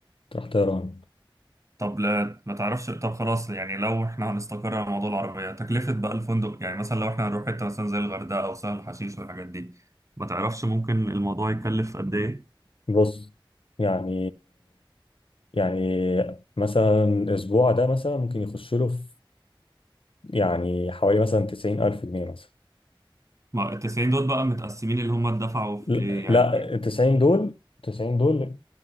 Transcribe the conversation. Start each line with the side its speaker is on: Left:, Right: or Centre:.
Left: تروح طيران
Right: طب لا ما تعرفش طب خلاص يعني لو احنا هنستقر على موضوع العربيه تكلفه بقى الفندق يعني مثلا لو احنا هنروح حته مثلا زي الغردقه او سهل حشيش والحاجات دي ما تعرفش ممكن الموضوع يكلف قد ايه
Left: بص يعني يعني مثلا اسبوع ده مثلا ممكن يخش له في يعني حوالي مثلا 90 الف جنيه مثلا
Right: ما ال 90 دول بقى متقسمين اللي هم دفعوا في
Left: لا
Right: ايه يعني
Left: لا، 90 دول 90 دول